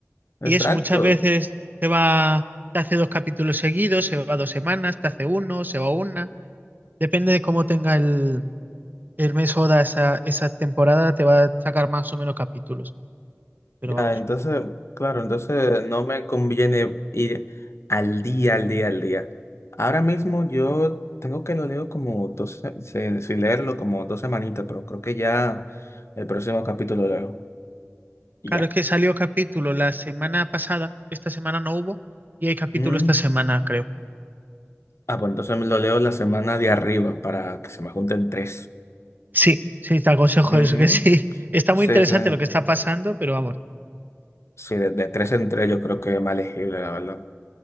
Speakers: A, on the left; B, on the right.
A: exacto.
B: Y eso, muchas veces te va, te hace dos capítulos seguidos, se va dos semanas, te hace uno, se va una. Depende de cómo tenga el, El mes Oda, esa, esa temporada te va a sacar más o menos capítulos, pero
A: Ya,
B: vamos.
A: entonces, claro, entonces no me conviene ir al día, al día, al día. Ahora mismo yo tengo que lo leo como dos, se- se- si leerlo como dos semanitas, pero creo que ya el próximo capítulo lo leo. Y
B: Claro,
A: ya.
B: es que salió capítulo la semana pasada, esta semana no hubo, y hay capítulo
A: Mm.
B: esta semana, creo.
A: Ah, pues entonces me lo leo la semana de arriba para que se me junten tres.
B: Sí, sí, te aconsejo
A: Ujú.
B: eso, que sí. <laughs> Está
A: Sí,
B: muy interesante
A: sí.
B: lo que está pasando, pero vamos,
A: Sí, de, de tres en tres yo creo que es más legible, la verdad.